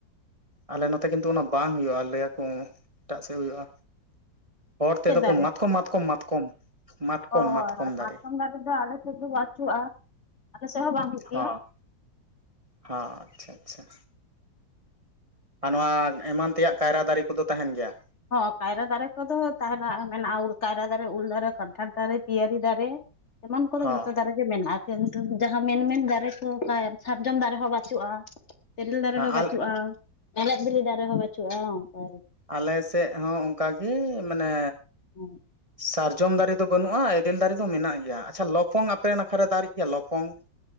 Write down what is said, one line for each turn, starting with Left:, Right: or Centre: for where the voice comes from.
Right: ᱟᱞᱮ ᱱᱚᱛᱮ ᱠᱤᱱᱛᱩ ᱚᱱᱟ ᱵᱟᱝ ᱦᱩᱭᱩᱜ-ᱟ ᱞᱟᱹᱭ ᱟᱠᱚ ᱮᱴᱟᱜ ᱥᱮᱫ ᱦᱩᱭᱩᱜ-ᱟ ᱦᱚᱲ ᱛᱮᱫᱚ
Left: ᱪᱮᱫ ᱫᱟᱨᱮ
Right: ᱠᱚ ᱢᱟᱛᱠᱚᱢ ᱢᱟᱛᱠᱚᱢ ᱢᱟᱛᱠᱚᱢ ᱢᱟᱛᱠᱚᱢ
Left: ᱦᱳᱭ ᱦᱳᱭ
Right: ᱢᱟᱛᱠᱚᱢ ᱫᱟᱨᱮ
Left: ᱢᱟᱠᱚᱢ ᱫᱟᱜ ᱨᱮᱫᱚ ᱟᱞᱮ ᱥᱮᱫ ᱫᱚ ᱵᱟᱹᱪᱩᱜ-ᱟ ᱟᱞᱮ ᱥᱮᱫ ᱦᱚᱸ ᱵᱟᱝ ᱦᱩᱭᱩᱜ
Right: ᱦᱚᱸ
Left: ᱜᱮᱭᱟ
Right: ᱦᱚᱸ ᱟᱪᱪᱷᱟ ᱟᱪᱪᱷᱟ ᱟᱨ ᱱᱚᱣᱟ ᱮᱢᱟᱱ ᱛᱮᱭᱟᱜ ᱠᱟᱭᱨᱟ ᱫᱟᱨᱮ ᱠᱚᱫᱚ ᱛᱟᱦᱮᱱ ᱜᱮᱭᱟ
Left: ᱦᱚᱸ ᱠᱟᱭᱨᱟ ᱫᱟᱨᱮ ᱠᱚᱫᱚ ᱛᱟᱦᱮᱱᱟ ᱢᱮᱱᱟᱜ-ᱟ ᱩᱞ ᱠᱟᱭᱨᱟ ᱫᱟᱨᱮ ᱩᱞ ᱫᱟᱨᱮ ᱠᱟᱱᱴᱷᱟᱲ ᱫᱟᱨᱮ ᱯᱮᱤᱭᱟᱨᱤ ᱫᱟᱨᱮ ᱮᱢᱟᱱ ᱠᱚᱫᱚ
Right: ᱦᱚᱸ
Left: ᱡᱚᱛᱚ ᱫᱟᱨᱮ ᱜᱮ ᱢᱮᱱᱟᱜ-ᱟ ᱠᱤᱱᱛᱩ ᱡᱟᱦᱟᱸ ᱢᱮᱱᱢᱮᱱ ᱫᱟᱨᱮ ᱠᱚᱠ ᱥᱟᱨᱡᱚᱢ ᱫᱟᱨᱮ ᱦᱚᱸ ᱵᱟᱹᱪᱩᱜ-ᱟ ᱛᱮᱨᱮᱞ ᱫᱟᱨᱮ
Right: ᱦᱮᱸ
Left: ᱦᱚᱸ ᱵᱪᱩᱜ-ᱟ
Right: ᱟᱞᱮ
Left: ᱢᱮᱨᱫ ᱵᱤᱞᱤ ᱫᱟᱨᱮ ᱦᱚᱸ ᱵᱪᱩᱜ-ᱟ ᱚᱱᱠᱟ
Right: ᱟᱞᱮᱥᱮᱫ ᱦᱚᱸ ᱚᱱᱠᱟᱜᱮ ᱢᱟᱱᱮ
Left: <unintelligible>
Right: ᱥᱟᱨᱡᱚᱢ ᱫᱟᱨᱮ ᱫᱚ ᱵᱟᱹᱱᱩᱜ-ᱟ ᱮᱫᱮᱞ ᱫᱟᱨᱮ ᱫᱚ ᱢᱮᱱᱟᱜ ᱜᱮᱭᱟ ᱟᱪᱪᱷᱟ ᱞᱚᱯᱚᱝ ᱟᱯᱮ ᱱᱟᱠᱷᱟ ᱫᱟᱨᱮᱜ ᱜᱮᱭᱟ ᱞᱚᱯᱚᱝ